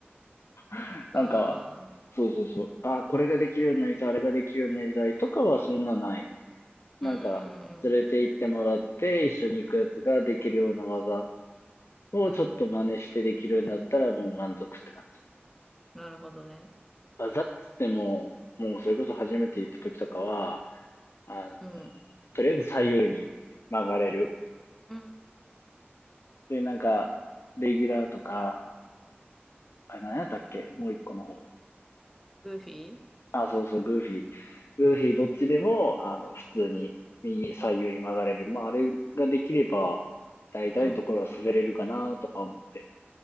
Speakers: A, on the left (about 80°); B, in the centre.
A: <laughs>
B: あー。
A: なんか、そうそうそう。あ、これができるようになりたい、あれができるようになりたいとかはそんなない。
B: うん。
A: なんか、連れて行ってもらって、一緒に行くやつができるような技をちょっと真似してできるようになったらもう満足って感じ。
B: うん。なるほどね。
A: 技っつっても、もうそれこそ初めて行った時とかは、あの、
B: うん。
A: とりあえず左右に曲がれる。
B: うん。
A: で、なんか、レギュラーとか、あれ何やったっけもう一個の方。
B: グーフィー
A: あ、そうそう、グーフィー。グーフィーどっちでも、あの、普通に右、左右に曲がれる。まあ、あれができれば、大体のところは滑れるかなとか思って。
B: うん。